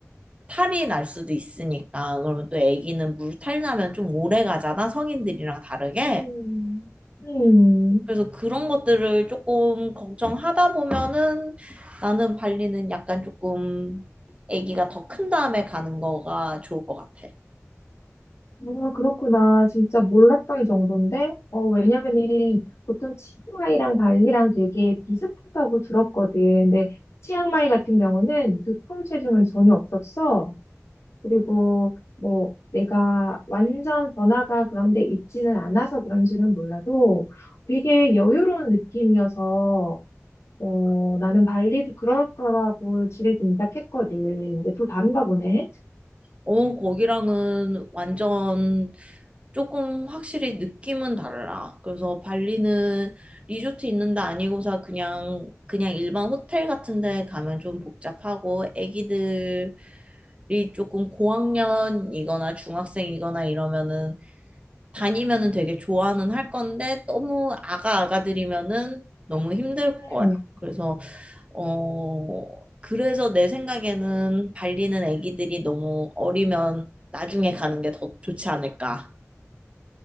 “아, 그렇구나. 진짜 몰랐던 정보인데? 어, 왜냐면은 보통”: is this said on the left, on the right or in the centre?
Left